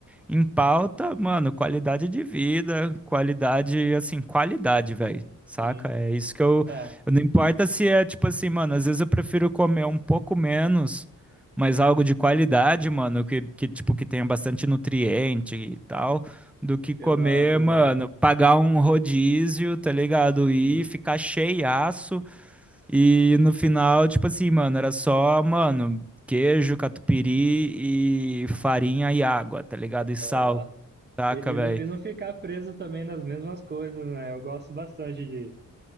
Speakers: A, in the centre; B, on the right.
A: em pauta, mano, qualidade de vida, qualidade, assim, qualidade, velho, saca?
B: Sim,
A: É isso que eu,
B: é,
A: eu- não importa se é tipo assim, mano, às vezes eu prefiro comer um pouco menos, mas algo de qualidade, mano, que, que tipo, que tenha bastante nutriente e tal, do que comer,
B: exato, exato.
A: mano, pagar um rodízio, tá ligado?
B: Sim,
A: E ficar cheiaço e no final, tipo assim, mano, era só, mano, queijo, catupiry e farinha e água, tá ligado? E sal,
B: aham.
A: saca,
B: E,
A: velho?
B: e, não, e não ficar preso também nas mesmas coisas, né? Eu gosto bastante de,